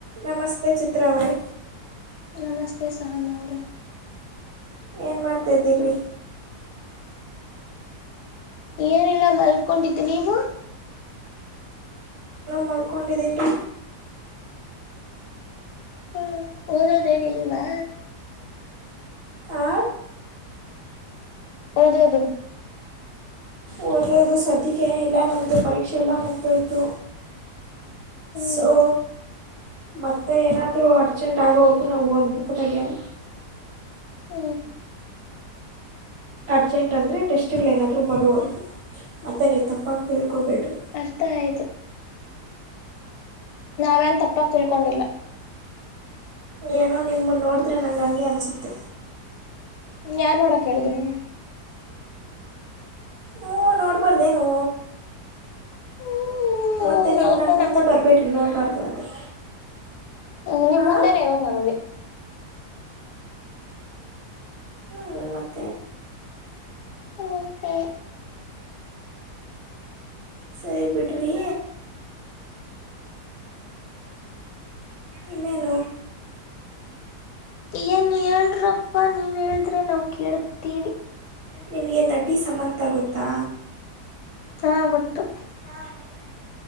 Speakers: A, on the right (about 40°); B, on the left (about 80°).
A: ನಮಸ್ತೆ ಚಿತ್ರ ಅವ ರೇ
B: ನಮಸ್ತೆ ಸಹಾನಾವ್ರ
A: ಏನ್ ಮಾಡ್ತಾಿದ್ದೀರರಿ
B: ಏನಿಲ್ಲ ಮಲ್ಕೊಂಡತಿ ನೀವು
A: ಮಲ್ಕುಂಡ ದಿನದ
B: ಹ್ಮ್. ಓದೋದೇನಿಲ್ವಾ
A: ಹ
B: ಓದೋದು
A: ಓದೋದು ಸದ್ಯಕ್ಕೆೇ ಇಲ್ಲ ನಮ್ದು ಪರೀಕ್ಷೆಲ್ಲ ಮುಗ್ದೋಯ್ತು
B: ಹ್ಮ್
A: ಸೊ ಮತ್ತೆ ಏನಾದರೂ ಅರ್ಜೆಂಟ್ ಆಗೋವ್ರಗೂ ನಾವು ಓದ್ಬೇಕುಕ್ಕು ತೆಗೆಯೋಲ್ಲ
B: ಇಲ್ಲ ಇಲ್ಲ
A: ಅರ್ಜೆಂಟ್ ಅಂದರೆ ಟೆಸ್ಟ್ಗಳು ಏನಾದರೂ ಬರುವರ್ದು ಮತ್ತೆ ನೀವು ತಪ್ಪಾಗಿ ತಿಳ್ಕೊಬೇಡ್ರಿ
B: ಅರ್ಥ ಆಯ್ತು ನಾವೇನ್ ತಪ್ಪಾಗ ತಿಳ್ಕೊಂಡಿಲ್ಲ
A: ಏನೋ ನಿಮ್ಮನ್ನು ನೋಡಿದ್ರೆ ನಂಗೆ ಅಂಗೆ ಅನ್ಸುತ್ತೆ
B: ಾನ್ ನೋಡಕ್ ಹೇಳೇಳಿದ್ನು
A: ಹಊಞ ನೋಡ್ಬಾರ್ದೇನು
B: ಹ್ಮ್
A: ಮತ್ತೆ ನೀವು
B: ನಾಲ್ಕ್
A: ನನ್ನ
B: ಕಣ್ಣು
A: ಮುಂದೆ ಬರಬೇಡ್ರಿ ನೋಡಬಾರ್ದು ಅಂದರೆ
B: ಹಾ ನಿಮ್
A: ಹಾಂ
B: ಮುಂದೇನೆ ಇರೋದ್ ನಾನಲ್ಲಿ
A: ಹೂ ಮತ್ತ
B: ಇಟ್ಟೆ
A: ಸರಿ ಬಿಡ್ರೀ ಇನ್ನೇನು
B: ಏನು ಹೇಳ್ರಪ್ಪ ನೀವು ಹೇಳಿದ್ರೆ ನಾವು ಕೇಳ್ತೀವಿ
A: ನಿಮಗೆ ನಟಿ ಸಮಂತ ಗೊತ್ತಾ
B: ಹಾ ಗೊತ್ತು
A: ಹಾ ಗೊತ್ತು